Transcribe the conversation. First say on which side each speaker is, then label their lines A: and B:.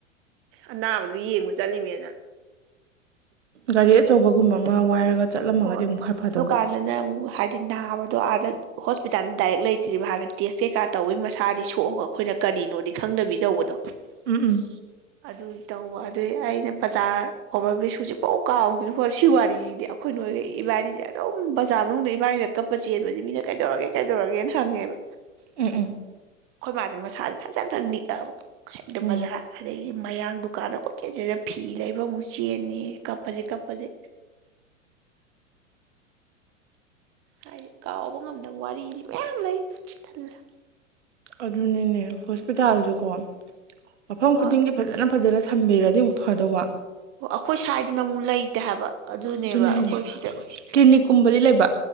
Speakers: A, on the right; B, on the right.
A: ꯑꯅꯥꯕꯗꯨ ꯌꯦꯡꯕ ꯆꯠꯂꯤꯃꯦꯅ
B: ꯒꯥꯔꯤ ꯑꯆꯧꯕꯒꯨꯝꯕ ꯑꯃ ꯋꯥꯏꯔꯒ ꯆꯠꯂꯝꯃꯒꯗꯤ
A: ꯍ
B: ꯑꯃꯨꯛ ꯈꯔ ꯐꯗꯧꯕ
A: ꯑꯗꯨꯀꯥꯟꯗꯅ ꯑꯃꯨꯛ ꯍꯥꯏꯗꯤ ꯅꯥꯕ ꯑꯗꯣ ꯑꯥꯗ ꯍꯣꯁꯄꯤꯇꯥꯜꯗ ꯗꯥꯏꯔꯦꯛ ꯂꯩꯇ꯭ꯔꯤꯕ ꯍꯥꯟꯗ ꯇꯦꯁ ꯀꯩꯀꯥ ꯇꯧꯕꯒꯤ ꯃꯁꯥꯗꯤ ꯁꯣꯛꯑꯒ ꯑꯩꯈꯣꯏꯅ ꯀꯔꯤꯅꯣꯗꯤ ꯈꯪꯗꯕꯤ ꯇꯧꯕꯗꯣ
B: ꯎꯝ ꯎꯝ
A: ꯑꯗꯨ ꯇꯧꯕ ꯑꯗꯨꯏ ꯑꯩꯅ ꯕꯖꯥꯔ ꯈꯣ ꯃꯤ ꯁꯖꯤꯛ ꯐꯥꯎ ꯀꯥꯎꯗꯗꯤ ꯁꯤꯋꯥꯔꯤꯁꯤꯗꯤ ꯑꯩꯈꯣꯏ ꯅꯣꯏꯒ ꯏꯕꯥꯅꯤꯁꯦ ꯑꯗꯨꯝ ꯕꯖꯥꯔ ꯃꯅꯨꯡꯗ ꯏꯕꯥꯅꯤꯅ ꯀꯞꯄ ꯆꯦꯟꯕꯗꯤ ꯃꯤꯅ ꯀꯩꯗꯧꯔꯒꯦ ꯀꯩꯗꯧꯔꯒꯦꯅ ꯍꯪꯉꯦꯕ
B: ꯎ
A: ꯑꯩꯈꯣꯏꯕꯥꯁꯦ ꯃꯁꯥꯁꯦ ꯊꯞ ꯆꯥꯅ ꯊꯞꯅ ꯅꯤꯛꯑꯕ ꯍꯦꯛꯇ
B: ꯎꯝ
A: ꯕꯖꯥꯔ ꯑꯗꯒꯤ ꯃꯌꯥꯡ ꯗꯨꯀꯥꯟꯗ ꯀꯣꯏꯠꯆꯦꯜꯁꯤꯗ ꯐꯤ ꯂꯩꯕ ꯑꯃꯨꯛ ꯆꯦꯟꯅꯤ ꯀꯞꯄꯁꯤꯦ ꯀꯞꯄꯁꯦ ꯍꯥꯏ ꯀꯥꯎꯕ ꯉꯝꯗꯕ ꯋꯥꯔꯤꯗꯤ ꯃꯌꯥꯝ ꯂꯩ ꯊꯜꯂ
B: ꯑꯗꯨꯅꯤꯅꯦ ꯍꯣꯁꯄꯤꯇꯥꯜꯁꯨꯀꯣ ꯃꯐꯝ
A: ꯍꯣꯏ
B: ꯈꯨꯗꯤꯡꯒꯤ ꯐꯖꯅ ꯐꯖꯅ ꯊꯝꯕꯤꯔꯗꯤ ꯑꯃꯨꯛ ꯐꯗꯧꯕ
A: ꯑꯣ ꯑꯩꯈꯣꯏ ꯁ꯭ꯋꯥꯏꯗꯅ ꯑꯃꯨꯛ ꯂꯩꯇꯦ ꯍꯥꯏꯕ ꯑꯗꯨꯅꯦꯕ
B: ꯑꯗꯨꯅꯦ
A: ꯑꯩꯈꯣꯏ
B: ꯍꯥꯏꯁꯦ
A: ꯁꯤꯗ
B: ꯀ꯭ꯂꯤꯅꯤꯛꯀꯨꯝꯕꯗꯤ ꯂꯩꯕ